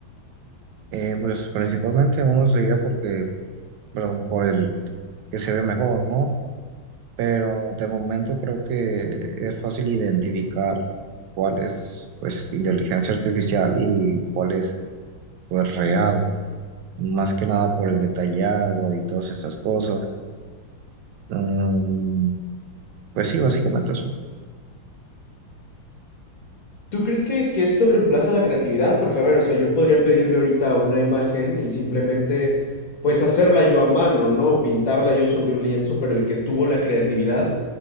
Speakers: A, on the right (about 80°); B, on the left (about 50°).
A: Eh, pues principalmente uno se diría porque, perdón, por el que se ve mejor, ¿no? Pero de momento creo que es fácil identificar cuál es pues inteligencia artificial y cuál es pues real, más que nada por el detallado y todas estas cosas. Mm, pues sí, básicamente eso.
B: ¿Tú crees que, que esto reemplaza la creatividad? Porque, a ver, o sea, yo podría pedirle ahorita una imagen y simplemente, pues, hacerla yo a mano, ¿no? Pintarla yo sobre un lienzo, pero el que tuvo la creatividad